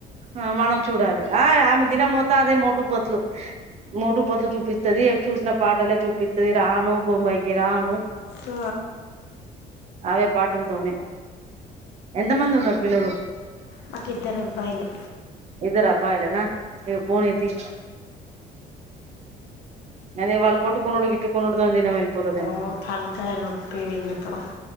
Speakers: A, on the right; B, on the left.
A: ఆ మనం చూడాలి ఆ ఆమె దినం అదే మోటు పతులు మోటుపతులు చూపిస్తది చూసిన పాటలే చూపిస్తది రాను బొంబాయికి రాను
B: ఆ
A: అవే పాటలతోనే ఎంతమంది ఉన్నారు పిల్లలు?
B: మాక్ ఇద్దరు అబ్బాయిలు
A: ఇద్దరు అబ్బాయిలన ఇగ పోనీ తి అదే వాళ్ళ కొట్టుకునుడు, గిట్టుకునుడు దినం ఎలిపోతాది ఏమో.
B: ఓ తల్కాయనొప్పి వీళ్ళతో